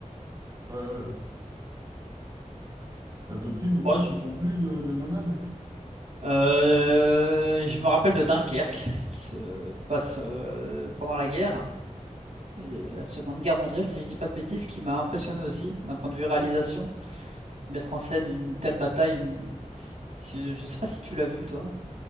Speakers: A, on the right; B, on the right.
A: Ah ouais, ouais. T'as d'autres films ou
B: Bon,
A: quoi
B: je,
A: qui t'ont plu de, de Nolan?
B: euh, je me rappelle de Dunkerque, qui se passe euh, pendant la guerre, et la Seconde Guerre mondiale, si je dis pas de bêtises, qui m'a impressionné aussi, d'un point de vue réalisation. Mettre en scène une telle bataille, une... si- si- je sais pas si tu l'as vu, toi.